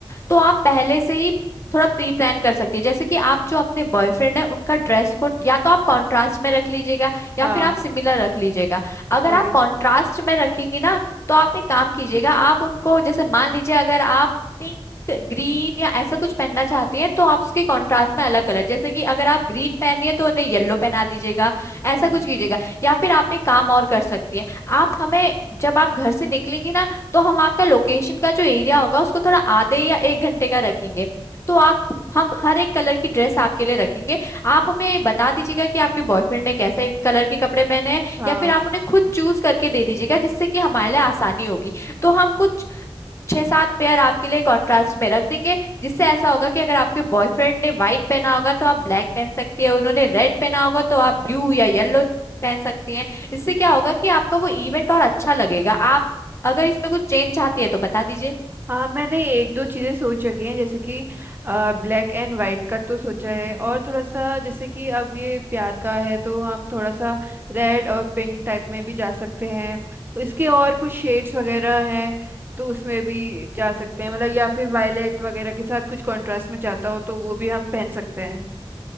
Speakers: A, on the left (about 30°); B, on the right (about 25°).
A: तो आप पहले से ही थोड़ा प्री प्लान कर सकती है जैसे कि आप जो अपने बॉयफ्रेंड है उनका ड्रेस कोड या तो आप कंट्रास्ट में रख लीजिएगा या
B: हाँ
A: फिर आप सिमिलर रख लीजिएगा अगर
B: वही
A: आप कंट्रास्ट में रखेंगी ना तो आप एक काम कीजिएगा आप उनको जैसे मान लीजिए अगर आप पिंक ग्रीन या ऐसा कुछ पहनना चाहती हैं तो आप उसके कंट्रास्ट में अलग कलर जैसे कि अगर आप ग्रीन पहन रही है तो उन्हें येलो पहना दीजिएगा ऐसा
B: हम्म
A: कुछ कीजिएगा या फिर आप एक काम और कर सकती हैं आप हमें जब आप घर से निकलेंगी ना तो हम आपका लोकेशन का जो एरिया होगा उसको थोड़ा आधे या एक घंटे का रखेंगे तो आप हम हर एक कलर की ड्रेस आपके लिए रखेंगे आप हमें बता दीजिएगा कि आपके बॉयफ्रेंड ने कैसे कलर के कपड़े पहने हैं
B: हाँ
A: या फिर आप उन्हें खुद चूज करके दे दीजिएगा जिससे कि हमारे लिए आसानी होगी तो हम कुछ छह सात पेयर आपके लिए कॉन्ट्रास्ट में रख देंगे जिससे ऐसा होगा कि अगर आपके बॉयफ्रेंड ने व्हाइट पहना होगा तो आप ब्लैक पहन सकती है उन्होंने रेड पहना होगा तो आप ब्लू या येलो पहन सकती हैं इससे क्या होगा कि आपका वो इवेंट और अच्छा लगेगा आप अगर इसमें कुछ चेंज चाहती है तो बता दीजिए
B: हाँ मैंने एक दो चीजें सोच रखी हैं जैसे कि ब्लैक एंड वाइट का तो सोचा है और थोड़ा सा जैसे कि अब ये प्यार का है तो हम थोड़ा सा रेड और पिंक टाइप में भी जा सकते हैं तो इसके और कुछ शेड्स वगैरह हैं तो उसमें भी जा सकते हैं मतलब या फिर वायलेट वगैरह के साथ कुछ कंट्रास्ट में जाता हो तो वो भी हम पहन सकते हैं